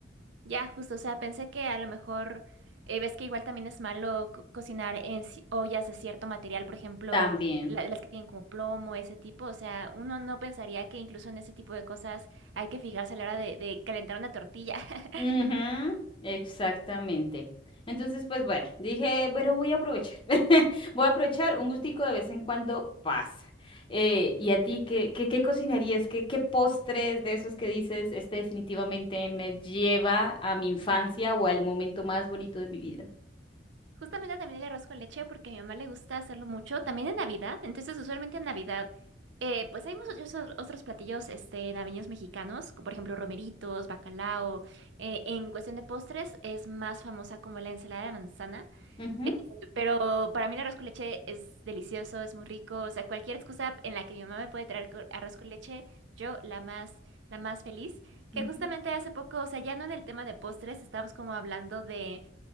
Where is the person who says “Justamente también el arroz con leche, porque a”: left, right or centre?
Right